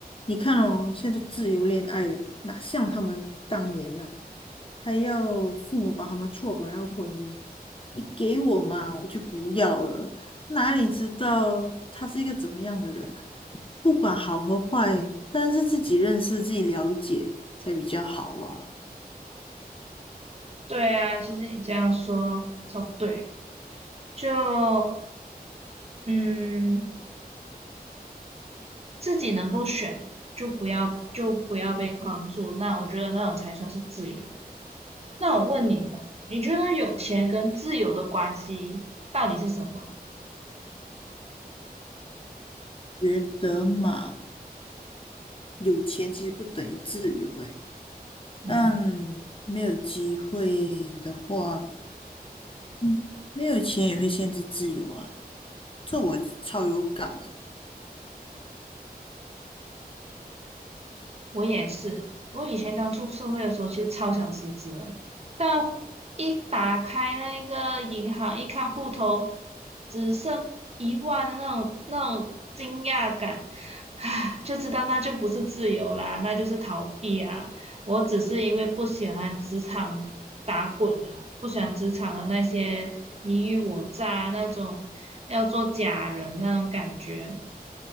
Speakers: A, on the left; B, on the right.
A: 你看哦，现在都自由恋爱了，哪像他们当年呐、还要父母把他们撮合那个婚姻，你给我嘛，我就不要了。哪里知道他是一个怎么样的人啊不管好和坏，但是自己认识、自己了解才比较好啊。
B: 对啊，其实你这样说超对，就嗯。自己能够选，就不要就不要被框住。那我觉得那种才算是自由。那我问你哦，你觉得有钱跟自由的关系到底是什么？
A: 觉得嘛，有钱其实不等于自由诶，
B: 嗯。
A: 但没有机会的话，嗯没有钱也会限制自由啊。这我超有感诶。
B: 我也是，我以前刚出社会的时候，其实超想辞职的但一打开那个银行，一看户头只剩一万的那种那种惊讶感，唉，就知道那就不是自由啦，那就是逃避啊。我只是因为不喜欢职场打滚啊，不喜欢职场的那些你虞我诈啊那种要做假人那种感觉。